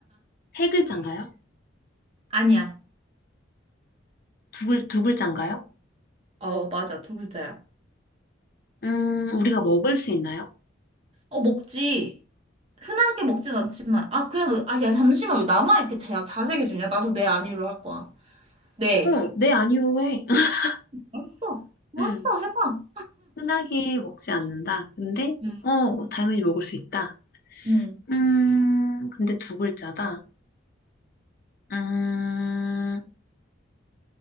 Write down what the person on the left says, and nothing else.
세 글자인가요?
두 글, 두 글자인가요?
음, 우리가 먹을 수 있나요?
어, 네, 아니요로 해. <laughs>
음,
흔하게 먹지 않는다. 근데,
어, 당연히 먹을 수 있다.
음, 근데 두 글자다. 음,